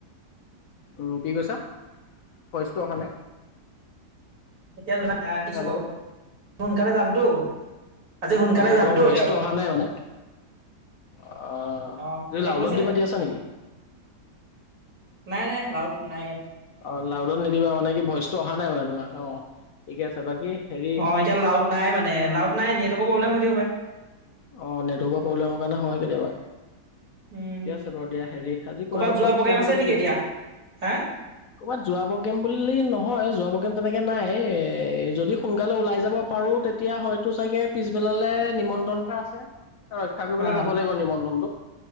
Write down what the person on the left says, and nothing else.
উম কি কৈছা ভইচটো অহা নাই
হেল্ল'
অ
তোমাৰ ভইচটো
অহা নাই মানে আহ
এই লাউডত
দি
পাতি আছা নেকি
অ লাউডত নিদিবা মানে কি ভইচটো অহা নাই মানে তোমাৰ অ ঠিকে আছে বাকী হেৰি
অ নেটৱৰ্কৰ প্ৰব্লেমৰ কাৰণে হয় কেতিয়াবা
ঠিকে আছে বাৰু দিয়া হেৰি আজি কিবা
ডক্তৰ
চকক্তৰ
আহিব
নেকি
ক'ৰবাত যোৱা প্ৰগেম বুলি নহয় যোৱা প্ৰগেম তেনেকে তাকে নাই যদি সোনকালে ওলাই যাব পাৰোঁ তেতিয়া হয়তো চাগে পিছবেলালৈ নিমন্ত্ৰণ আ ৰক্ষা কৰিবলৈ
যাব লাগিব নিয়ন্ত্ৰনটো